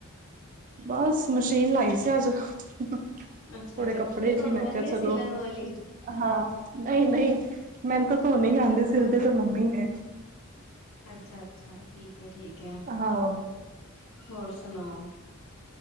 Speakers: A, on the right (about 40°); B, on the left (about 70°).
A: ਬਸ ਮਸ਼ੀਨ ਲਾਈ ਸੀ ਅੱਜ, ਥੋੜੇ
B: ਅੱਛਾ ਅੱਛਾ
A: ਕੱਪੜੇ
B: ਧੋਣ
A: ਸੀ, ਮੈਂ
B: ਵਾਲੀ
A: ਕਿਹਾ
B: ਹੈ
A: ਚਲੋ
B: ਸਿਲਣ ਵਾਲੀ
A: ਹਾਂ ਨਹੀਂ-ਨਹੀਂ ਮੈਮ ਤਾਂ ਧੋਨੇ
B: ਅੱਛਾ
A: ਆਉਂਦੇ ਸਿਲਦੇ
B: ਧੋਣ
A: ਤੇ ਮੰਮੀ ਨੇ
B: ਅੱਛਾ-ਅੱਛਾ ਠੀਕ ਹੈ ਠੀਕ ਹੈ
A: ਹਾਂ
B: ਹੋਰ ਸੁਣਾਓ?